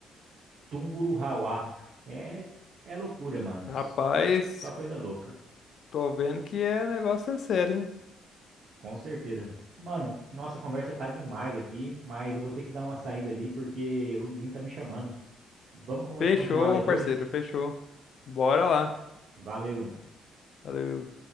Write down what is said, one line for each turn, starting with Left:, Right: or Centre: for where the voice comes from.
Right: Tungurahua. É é loucura, mano.
Left: Rapaz,
Right: Só coisa louca,
Left: tô vendo que é negócio é sério, hein?
Right: com certeza. Mano, nossa conversa tá demais aqui, mas eu vou ter que dar uma saída ali porque o vizinho tá me chamando. Vamos conver-
Left: Fechou,
Right: continuar depois?
Left: meu parceiro, fechou. Bora lá.
Right: Valeu.
Left: Valeu.